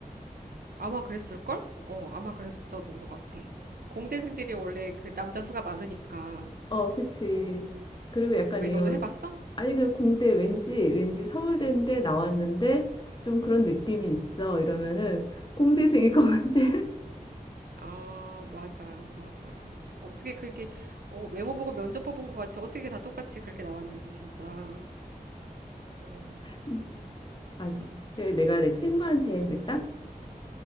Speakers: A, on the right (about 75°); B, on the left (about 30°).
A: 아마 그랬을걸? 어, 아마 그랬었던 것 같아. 공대생들이 원래 그 남자 수가 많으니까.
B: 어, 그치.
A: 어.
B: 그리고 약간
A: 왜
B: 이런,
A: 너도 해봤어?
B: 아니, 그 공대 왠지, 왠지 서울대인데 나왔는데 좀 그런 느낌이 있어. 이러면은 공대생일 것 같아.
A: 아, 맞아, 맞아. 어떻게 그렇게 어, 외모 보고 면접 뽑은 것 같이 어떻게 다 똑같이 그렇게 나왔는지 진짜. 어,
B: <laughs> 맞아. 그래, 내가 내 친구한테 그랬다.